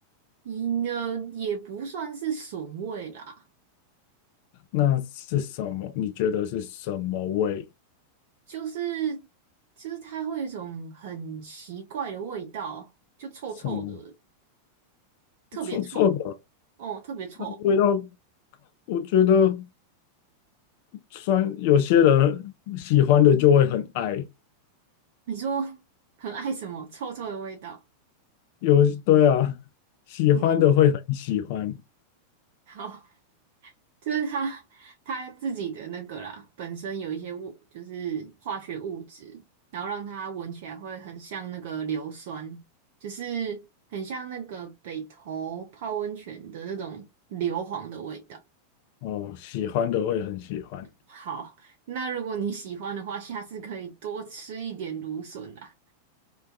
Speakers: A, on the right; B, on the left.
A: 你呢，也不算是笋味啦，
B: 那是什么？你觉得是什么味？
A: 就是就是它会有一种很奇怪的味道，就臭臭的，
B: 什么
A: 特别臭
B: 臭臭的？
A: 哦，特别臭。
B: 那味道，我觉得虽然有些人喜欢的就会很爱，
A: 你说 <laughs> 很爱什么臭臭的味道？
B: 有，对啊，
A: <laughs>
B: 喜欢的会很喜欢，
A: 嗯，好，就是它它自己的那个啦，本身有一些物，就是化学物质，然后让它闻起来会很像那个硫酸，就是很像那个北投泡温泉的那种硫磺的味道。
B: 哦，喜欢的会很喜欢，
A: 好，那如果你喜欢的话，下次可以多吃一点芦笋啦。